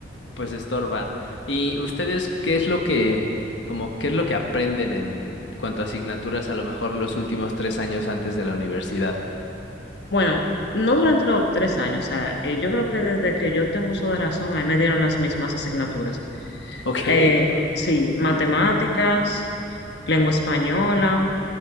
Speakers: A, on the left (about 80°); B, on the left (about 65°).
A: Pues estorba. ¿Y ustedes qué es lo que, como qué es lo que aprenden en cuanto a asignaturas, a lo mejor los últimos tres años antes de la universidad?
B: Bueno, no durante los tres años, o sea, eh, yo creo que desde que yo tengo uso de razón, ahí me dieron las mismas asignaturas.
A: Ok.
B: Eh, sí, matemáticas, lengua española